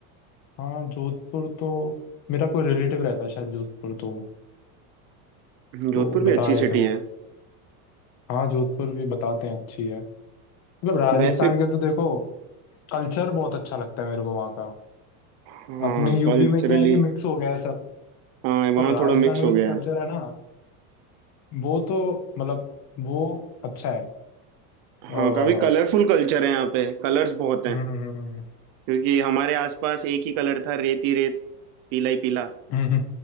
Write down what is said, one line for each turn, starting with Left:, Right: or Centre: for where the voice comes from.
Left: हाँ जोधपुर तो मेरा कोई रिलेटिव रहता है शायद जोधपुर तो
Right: जोधपुर
Left: तो
Right: भी
Left: बता
Right: अच्छी
Left: रहे
Right: सिटी
Left: थे वो
Right: है
Left: हाँ जोधपुर भी बताते हैं अच्छी है मतलब राजस्थान
Right: वैसे
Left: के तो देखो कल्चर बहुत अच्छा लगता है मेरे को वहाँ का
Right: हाँ
Left: अपने यूपी
Right: कल्चरली
Left: में क्या है कि मिक्स हो गया है सब
Right: हाँ वहाँ
Left: पर राजस्थान
Right: थोड़ा मिक्स
Left: का
Right: हो
Left: जो
Right: गया
Left: कल्चर
Right: है
Left: है ना वो तो मतलब वो अच्छा है अ,
Right: हाँ
Left: हम्म
Right: काफी कलरफुल कल्चर है यहाँ पे कलर्स बहुत हैं
Left: हम्म,
Right: क्योंकि हमारे आसपास एक ही कलर था रेत ही रेत पीला ही पीला
Left: हम्म।